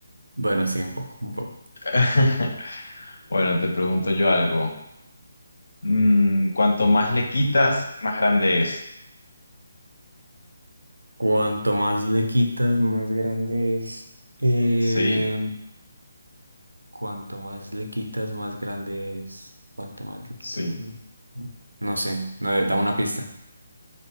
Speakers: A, on the right (about 75°); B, on the left (about 65°).
A: Bueno, sí, un poco, un poco.
B: <laughs> Bueno, te pregunto yo algo. Mm, cuanto más le quitas, más grande es.
A: Cuanto más le quitas, más grande es. Eh,
B: Sí,
A: cuanto más le quitas, más grande es. Cuanto más le quitas,
B: sí.
A: más grande- No sé, no, eh, da una pista.